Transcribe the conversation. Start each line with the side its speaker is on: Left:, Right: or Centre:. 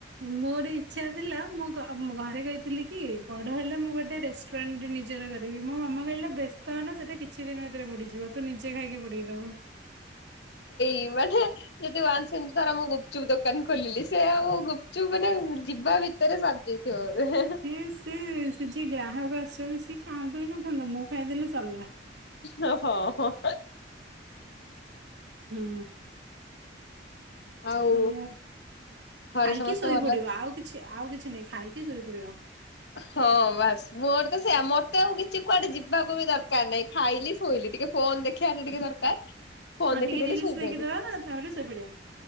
Right: ମୋର ଇଚ୍ଛା ଥିଲା ମୁଁ ଘରେ କହିଥିଲି କି ବଡ ହେଲେ ମୁଁ ଗୋଟେ ରେଷ୍ଟୁରାଣ୍ଟଟେ ନିଜର କରିବି ମୋ ମାମା କହିଲେ ବେଷ୍ଟ ବ୍ଯସ୍ତ ହେନା ସେଟା କିଛି ଦିନ ଭିତରେ ବୁଡିଯିବ ତୁ ନିଜେ ଖାଇକି ବୁଡେଇ ଦବୁ।
Left: ଏ ମାନେ ଯଦି ୱାନସ୍ ସେମିତି ଧର ମୁଁ ଗୁପୁଚୁପୁ ଦୋକାନ ଖୋଲିଲି ସେ ଆଉ ଗୁପଚୁପ ମାନେ ଯିବା ଭି ତରେ ସରି ଯାଇଥିବ ବୋଧେ ହେଁ ହେଁ।
Right: ସିଏ ସେ ସେ ଯିଏ ଗ୍ରାହକ ଆସିଛନ୍ତି ସିଏ ଖାଆନ୍ତୁ କିି ନ ଖାଆନ୍ତୁ ମୁଁ ଖାଇଦେଲେ ସରିଲା।
Left: ହଁ ହଁ ହଁ।
Right: ହୁଁ।
Left: ଆଉ
Right: ସେଇଆା
Left: ଘରେ
Right: ଖାଇକି
Left: ସମସ୍ତେ
Right: ଶୋଇପଡିବ
Left: ଭଲ
Right: ଆଉ କିଛି ଆଉ କିଛି ନାହିଁ ଖାଇକି ଶୋଇପଡିବ।
Left: ହଁ ବାସ ମୋର ତ ସେଇଆ ମତେ ଆଉ କିଛି କି କୁଆଡେ ଯିବାକୁ ବି ଦରକାର ନାଇଁ ଖାଇଲି ଶୋଇଲି ଟିକେ ଫୋନ ଦେଖିବା ଟିକେ ଦରକାର। ଫୋନ
Right: ହଁ
Left: ଦେଖିଦେଲି
Right: ଟିକେ ରିଲସ
Left: ଶୋଇପଇଲି
Right: ଦେଖିଦବା ତାପରେ ଶୋଇପଡ଼ିବା।